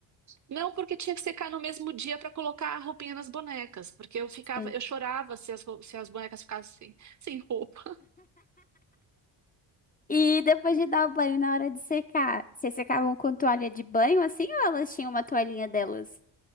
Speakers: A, on the right (about 40°); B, on the left (about 20°).
A: Não, porque tinha que secar no mesmo dia para colocar a roupinha nas bonecas. Porque eu ficava,
B: Sim.
A: eu chorava se as, rou- se as bonecas ficassem sem roupa.
B: E depois de dar o banho na hora de secar, vocês secavam com toalha de banho assim ou elas tinham uma toalhinha delas?